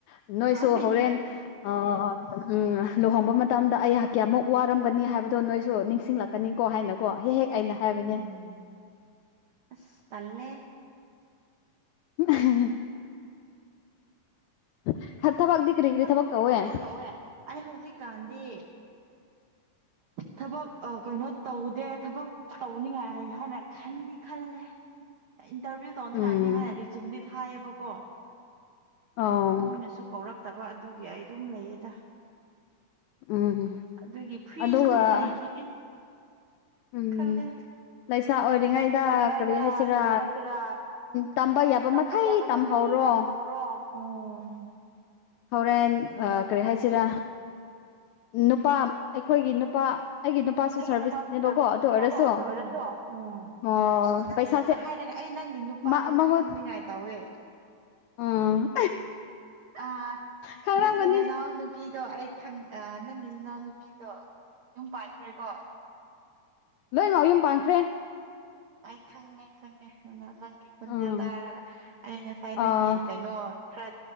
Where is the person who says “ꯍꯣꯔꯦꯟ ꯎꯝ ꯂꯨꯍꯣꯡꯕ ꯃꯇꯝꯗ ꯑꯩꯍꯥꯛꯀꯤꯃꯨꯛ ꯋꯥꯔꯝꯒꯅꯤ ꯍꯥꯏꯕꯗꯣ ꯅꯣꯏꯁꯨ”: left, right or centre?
Left